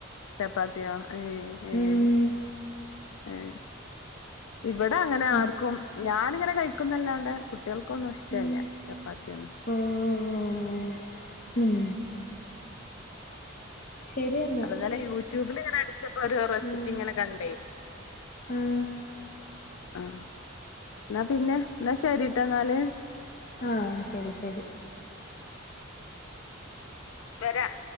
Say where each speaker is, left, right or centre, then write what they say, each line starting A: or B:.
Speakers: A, on the left; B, on the left.
A: ചപ്പാത്ത്യോ ഏഹ് ഏഹ്
B: ഉം
A: ഏഹെ? ഇവടെ അങ്ങനെ
B: ആഹ്
A: ആർക്കും ഞാനിങ്ങനെ കഴിക്കുംന്നല്ലാതെ - കുട്ട്യാൾക്കൊന്നും ഇഷ്ടല്ല
B: ഉം
A: ചപ്പാത്ത്യോന്നും.
B: ഓഹ് ഉം ശരി എന്നാ
A: അപ്പന്നലെ യൂട്യൂബില് ഇങ്ങനെ അടിച്ചപ്പോ ഓരോ റെസിപ്പി
B: ആഹ്
A: ഇങ്ങനെ കണ്ടേ.
B: ആഹ്
A: ആഹ് ഇന്നാ പിന്നെ ഇന്നാ ശെരിട്ടോന്നാല്.
B: ആഹ് ശരി ശരി.
A: വെരാഹ്.